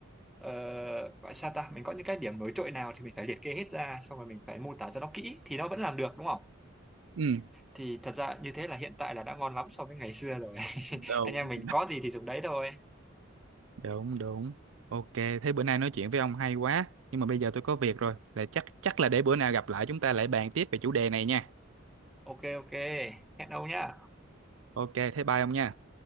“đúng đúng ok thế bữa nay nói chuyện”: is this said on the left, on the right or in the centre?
Right